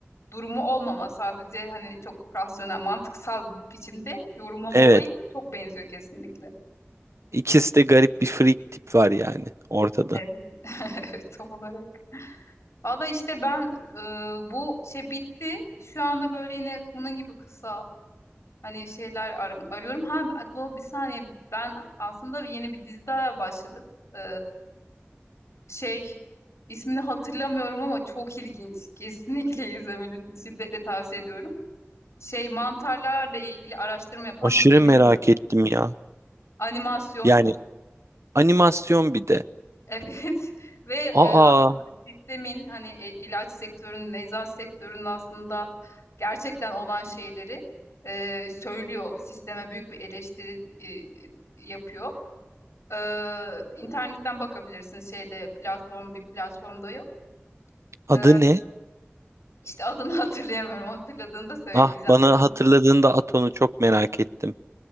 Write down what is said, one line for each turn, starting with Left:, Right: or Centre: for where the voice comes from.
Left: durumu olmama sadece hani çok rasyonel mantıksal biçimde yorumlama
Right: Evet.
Left: olayı çok benziyor kesinlikle.
Right: İkisi de garip bir freak tip var yani ortada.
Left: Evet, <laughs> evet tam olarak. Valla işte ben e, bu şey bitti. Şu anda böyle yine bunun gibi kısa hani şeyler arım, arıyorum. Ha do, bir saniye ben aslında yeni bir dizi daha başladık. E, şey ismini hatırlamıyorum ama çok ilginç. Kesinlikle izlemelisin. Şiddetle tavsiye ediyorum. Şey mantarlarla ilgili araştırma yapan
Right: Aşırı
Left: bir bilim
Right: merak
Left: insanı.
Right: ettim ya.
Left: Animasyon.
Right: Yani animasyon bir de.
Left: Evet <laughs> ve
Right: Aa
Left: e, aslında sistemin hani e, ilaç sektörünün, eczacı sektörünün aslında gerçekten olan şeyleri e, söylüyor. Sisteme büyük bir eleştiri e, e, yapıyor. E, internetten bakabilirsin şeyde platform bir platformda yok.
Right: adı
Left: E,
Right: ne?
Left: işte adını <laughs> hatırlayamıyorum. Hatırladığında söyleyeceğim
Right: Ah bana
Left: sana.
Right: hatırladığında at onu çok merak ettim.